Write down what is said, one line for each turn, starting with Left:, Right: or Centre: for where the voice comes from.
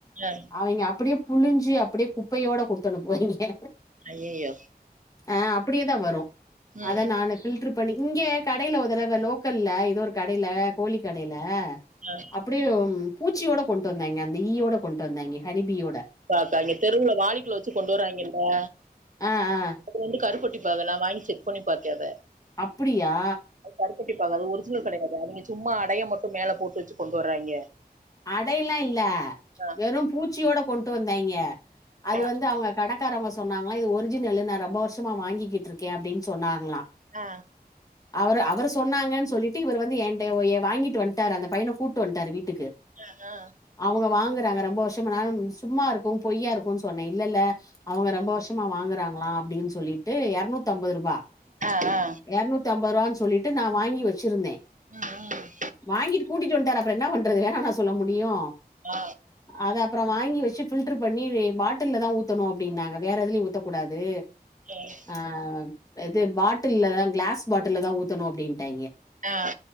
Right: ஆ
Left: அவிங்க அப்டியே புளிஞ்சு அப்டியே குப்பையோட குடுத்து அனுப்புவாரு இங்க
Right: ஐயயோ
Left: அ அப்டியேதா வரு
Right: ம்
Left: அத
Right: ம்
Left: நானு பில்ட்ரு பி இங்கே கடையில ஒரு தடவ லோக்கல்லல ஏதோ ஒரு கடையில கோழி கடையில
Right: ஆ
Left: அப்டியே பூச்சியோட கொண்டு வந்தாய்ங்க அந்த ஈயோட கொண்டு வந்தாய்ங்க ஹனிபீயோட
Right: பாக்கா தெருவுல வாளிக்குல வச்சு கொண்டு வர்றாய்ங்கல்ல
Left: அ அ
Right: அப்றோ வந்து கரு பெட்டிப்பாகு நா வாங்கி செக் பண்ணி பாத்தே அத
Left: அப்டியா
Right: அது கருப்பட்டி பாகு அது ஒரிஜினல் கெடையாது அவிங்க சும்மா அடய மட்டு மேலே போட்டு வச்சு கொண்டு வர்றாய்ங்க
Left: அடைல்லா இல்ல
Right: ஆ
Left: வெறு பூச்சியோட கொண்டு வந்தாய்ங்க அது
Right: ஆ
Left: வந்து அவங்க கட கடக்காரவங்க சொன்னாங்களா இது ஒரிஜினலு நா ரொம்ப வருஷமா வாங்கிக்கிட்டு இருக்கே சொன்னாங்களா
Right: அ
Left: அவரு அவரு சொன்னாங்கன்னு சொல்லிட்டு இவரு வந்து என்ட வாங்கிட்டு வன்ட்டாரு அந்த பையன கூட்டு வன்டாரு வீட்டுக்கு
Right: அ அ
Left: அவுங்க வாங்குறாங்க ரொம்ப வருஷம்னாலு சும்மா இருக்கு பொய்யா இருக்குனு சொன்ன இல்ல இல்ல அவங்க ரொம்ப வருஷமா வாங்குறாங்களா அப்டின்னு சொல்லிட்டு எரநூத்தம்பது ருபா
Right: ஆ ஆ
Left: எரநூத்தம்பது ருவான்னு சொல்லிட்டு நா வாங்கி வச்சுருந்தே
Right: ம் ம்
Left: வாங்கிட்டு கூட்டிட்டு வன்ட்டாரு அப்புற என்ன பண்றது வேணான்னா சொல்ல முடியு
Right: ஆ
Left: அத அப்றோ வாங்கி வச்சு ஃபில்டர் பண்ணி பாட்டில்லதா ஊத்தணு அப்டின்னாங்க வேற எதுலயு ஊத்தக்கூடாது
Right: ம்
Left: ஆ இது பாட்டல்தா கிளாஸ் பாட்டல் தா ஊத்தணு அப்டின்ட்டாய்ங்க
Right: அ